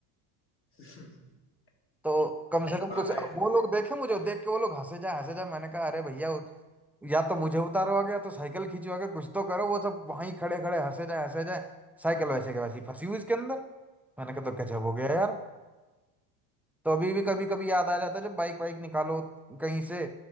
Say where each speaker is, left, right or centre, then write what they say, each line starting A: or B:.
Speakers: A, on the left; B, in the centre.
A: <laughs>
B: तो कम से कम
A: वाह
B: कुछ अब
A: यह
B: वो
A: तो मजेदार
B: लोग देखे
A: लगता
B: मुझे देख
A: है
B: के वो लोग हंसे जा हंसे जा मैंने कहा अरे भैया उत- या तो मुझे उतारो आगे या तो साइकिल खींचो आगे कुछ तो करो वो सब वहीं खड़े खड़े हंसे जाए हंसे जाए साइकिल वैसे के वैसी
A: हम्म,
B: फंसी हुई इसके अंदर मैंने कहा तो गजब
A: हाँ हम्म
B: हो गया यार तो अभी भी कभी
A: हम्म।
B: कभी याद आ जाता है जब बाइक वाइक निकालो कहीं से